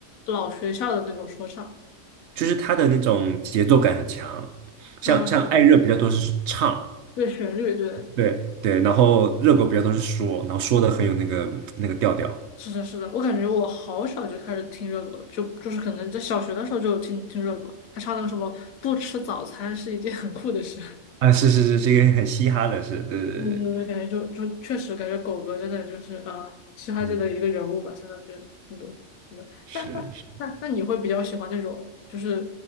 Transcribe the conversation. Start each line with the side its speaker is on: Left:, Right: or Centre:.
Left: 老学校的那种说唱，
Right: 就是他的那种节奏感很强，像像艾热比较多是唱，
Left: 嗯，是对，旋律，对，
Right: 对对，然后热狗比较多是说，然后说的很有那个那个调调，
Left: 是的，是的，我感觉我好小就开始听热狗了，就就是可能在小学的时候就听听热狗，他唱那个什么不吃早餐是一件很酷的事。
Right: 啊，是是是，是一个很嘻哈的，是，对对对，
Left: 我我我感觉就就确实感觉狗哥真的就是呃嘻哈界的一个人物吧，
Right: 嗯，
Left: 真的就是很多真的。
Right: 是。
Left: 那那那那你会比较喜欢那种，就是